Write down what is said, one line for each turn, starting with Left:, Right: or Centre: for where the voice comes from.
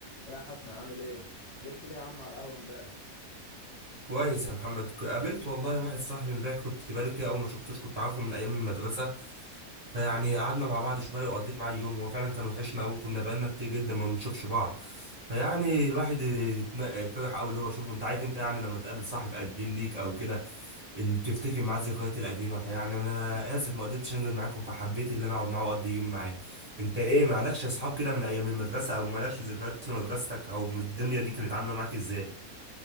Left: يا حسن عامل ايه؟ ما جيتش ليه يا عم على القهوة امبارح؟
Right: كويس يا محمد ك- قابلت والله واحد صاحبي امبارح كنت بقالي كتير قوي ما شفتوش كنت عارفه من ايام المدرسه فيعني قعدنا مع بعض شويه وقضيت معاه يوم هو فعلا كان وحشنا قوي كنا بقالنا كتير جدا ما بنشوفش بعض فيعني الواحد اتم- فرح قوي اللي هو شوفه انت عارف انت يعني لما تقابل صاحب قديم ليك او كده ان تفتكر معاه الذكريات القديمه فيعني انا اسف ما قدرتش انزل معاكم فحبيت ان انا اقعد معاه واقضي يوم معاه انت ايه مالكش اصحاب كده من ايام المدرسه او مالكش ذكريات في مدرستك او من الدنيا دي كانت عامله معاك ازاي